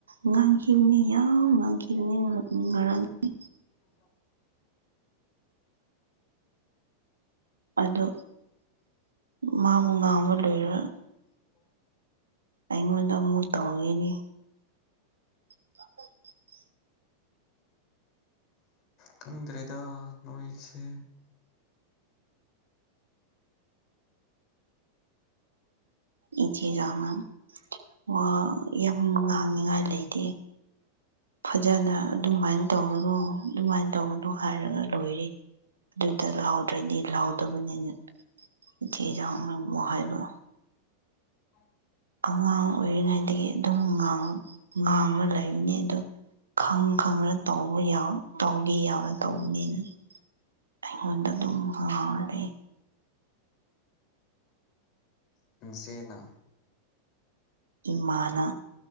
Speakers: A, on the right (about 75°); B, on the left (about 40°).
A: ꯉꯥꯡꯈꯤꯕꯅꯦ ꯌꯥꯎ ꯉꯥꯡꯈꯤꯕꯅꯦ ꯉꯔꯥꯡꯅꯤ
B: ꯎ
A: ꯑꯣ ꯃꯥꯕꯨ ꯉꯥꯡꯕ ꯂꯣꯏꯔ
B: <unintelligible>
A: ꯑꯩꯉꯣꯟꯗ ꯑꯃꯨꯛ ꯇꯧꯏꯅꯤ <inaudible>
B: ꯈꯪꯗ꯭ꯔꯦꯗ ꯅꯣꯏꯜꯁꯦ
A: ꯏ ꯆꯦꯖꯅ ꯑꯣ ꯌꯥꯝ ꯉꯥꯡꯅꯤꯡꯉꯥꯏ ꯂꯩꯇꯦ ꯐꯖꯅ ꯑꯗꯨꯃꯥꯏꯅ ꯇꯧꯕꯅꯗꯣ ꯑꯗꯨꯃꯥꯏꯅ ꯇꯧꯕꯅꯅꯣ ꯍꯥꯏꯔꯒ ꯂꯣꯏꯔ ꯑꯗꯨꯗ ꯂꯥꯎꯗ꯭ꯔꯗꯤ ꯂꯍꯥꯎꯗꯕꯅꯤꯅ ꯏꯊꯦ ꯆꯥꯎꯅꯃꯨ ꯍꯥꯏꯕ
B: ꯑ
A: ꯑꯉꯥꯡ ꯑꯣꯏꯔꯤꯉꯩꯗꯒꯤ ꯑꯗꯨꯝꯥꯡ ꯉꯥꯡꯉ ꯂꯩꯕꯅꯤ ꯑꯗꯨ ꯈꯪ ꯈꯪꯅ ꯇꯧꯕ ꯇꯧꯒꯦ ꯌꯥꯎꯅ ꯇꯧꯕꯅꯤꯅ ꯑꯩꯉꯣꯟꯗ ꯑꯗꯨꯝ ꯉꯥꯎꯔꯗꯤꯦ
B: ꯁꯅꯥ
A: ꯏꯃꯅ